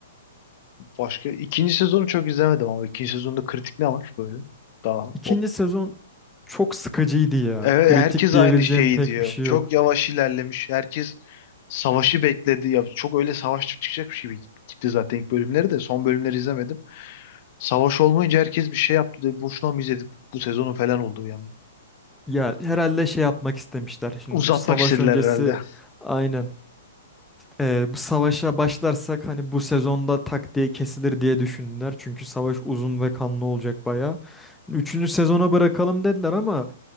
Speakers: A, on the left; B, in the centre.
A: Başka ikinci sezonu çok izlemedim ama ikinci sezonda kritik ne var böyle? Daha
B: İkinci sezon çok sıkıcıydı ya.
A: Evet,
B: Kritik
A: herkes
B: diyebileceğim
A: aynı şeyi
B: pek
A: diyor.
B: bir şey
A: Çok
B: yok.
A: yavaş ilerlemiş. Herkes savaşı bekledi. Ya çok öyle savaş çıkacakmış gibi gitti gitti zaten ilk bölümleri de. Son bölümleri izlemedim. Savaş olmayınca herkes bir şey yaptı. Dedi, Boşuna mı izledik bu sezonu falan oldu bir anda.
B: Ya herhalde şey yapmak istemişler şimdi
A: Uzatmak
B: bu savaş
A: istediler
B: öncesi
A: herhalde.
B: aynen Ee, bu savaşa başlarsak hani bu sezonda tak diye kesilir diye düşündüler. Çünkü savaş uzun ve kanlı olacak bayağı. Hani Üçüncü sezona bırakalım dediler ama